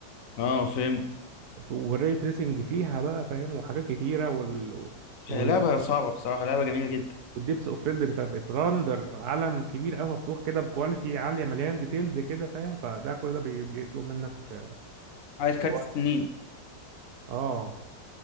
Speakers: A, on the left; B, on the right.
A: اه فهمت
B: والري تريسنج فيها بقى فاهم وحاجات كتيره وال
A: هي
B: وال
A: لعبة صعبة بصراحة لعبة جميلة جدا
B: والديبس اوف فيلد انت بتراندر عالم كبير قوي مفتوح كده بكواليتي عاليه مليان ديتيلز كده فاهم فده كل ده بي- بيطلب منك
A: عايز كارت
B: وقت.
A: سنين
B: اه